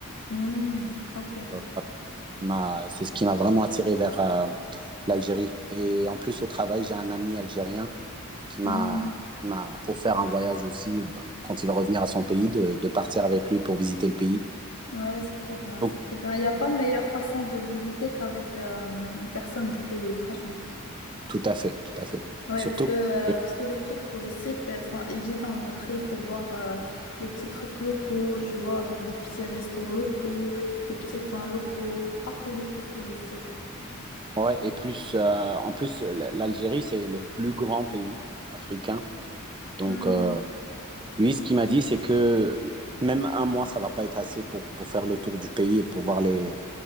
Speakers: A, on the left; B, on the right.
A: Mm. Ok.
B: Euh, ça m'a- C'est ce qui m'a vraiment attiré vers euh, l'Algérie. Et en plus, au travail, j'ai un ami algérien qui m'a
A: Mm.
B: qui m'a offert un voyage aussi, bah, quand il va revenir à son pays, de, de partir avec lui pour visiter le pays.
A: Ouais, c'est très bien,
B: Donc,
A: c'est très bien. Il n'y a pas meilleure façon de visiter qu'avec euh, une personne du pays, franchement.
B: tout à fait, tout à fait.
A: Ouais,
B: Surtout
A: parce que,
B: que,
A: euh,
B: et,
A: parce que les trucs touristiques euh, sont évidents, mais après, il faut voir euh, les petits trucs locaux, tu vois, genre les petits restos locaux, les petits coins locaux, pas que les trucs touristiques.
B: ouais, et plus, euh, en plus, l- l'Algérie, c'est le plus grand pays africain. Donc,
A: Hmm.
B: euh, lui, ce qu'il m'a dit, c'est que même un mois, ça va pas être assez pour, pour faire le tour du pays et pour voir les,